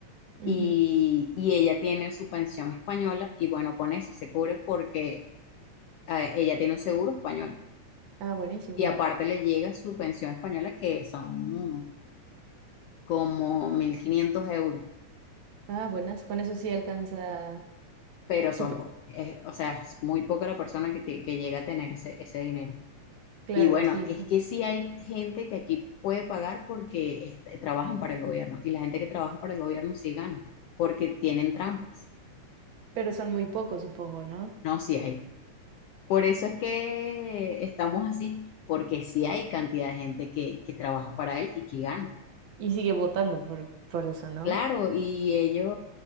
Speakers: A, on the right; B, on the left.
A: Ujú.
B: y, y ella tiene su pensión española y bueno, con eso se cubre porque eh, ella tiene un seguro español.
A: Ah, buenísimo.
B: Y aparte le llega su pensión española que son mm, como 1.500 euros,
A: Ah, buenas. Con eso sí alcanza
B: pero
A: su
B: son, po- es- o sea, es muy poca la persona que, te- que llega a tener ese, ese dinero.
A: Claro,
B: Y bueno,
A: sí,
B: es
A: son-
B: que sí hay gente que aquí puede pagar porque este, trabajan para el gobierno y la gente que trabaja para el gobierno sí gana porque tienen trampas.
A: pero son muy pocos, supongo, ¿no?
B: No, sí hay. Por eso es que estamos así, porque sí hay cantidad de gente que, que trabaja para él y que gana.
A: Y sigue votando por, por eso, ¿no?
B: Claro, y ellos,